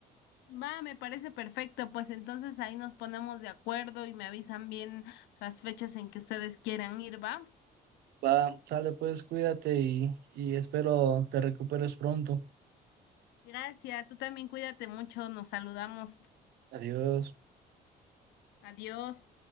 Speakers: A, on the left; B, on the right.
A: Va, me parece perfecto, pues entonces ahí nos ponemos de acuerdo y me avisan bien las fechas en que ustedes quieran ir, ¿va?
B: Va, sale pues, cuídate y, y espero te recuperes pronto.
A: Gracias, tú también cuídate mucho, nos saludamos.
B: Adiós.
A: Adiós.